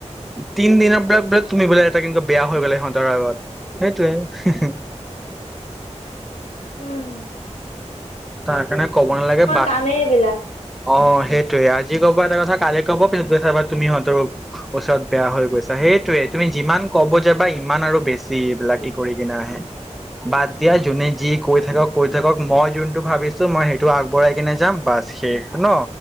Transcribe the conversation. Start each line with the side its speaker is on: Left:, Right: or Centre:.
Centre: তিন দিনৰ বিলাক ব তুমি বোলে এটা কিন্তু বেয়া হৈ গ'লে সিহঁতৰ আগত সেইটোৱে হে হে।
Left: উম
Centre: তাৰ কাৰণে ক'ব নেলাগে
Left: কামে এইবিলাক
Centre: অ সেইটোৱে আজি ক'ব এটা কথা কালি ক'ব পিছত গৈ চাবা তুমিহঁতৰ ওচৰত বেয়া হৈ গৈছা সেইটোয়ে তুমি যিমান ক'ব যাবা ইমান আৰু বেছি এইবিলাক ই কৰি কিনে আহে বাদ দিয়া জোনে যি কৰি থাকক কৈ থাকক মই যোনটো ভাবিছো মই সেইটো টো আগবঢ়াই কিনে যাম বাছ শেষ ন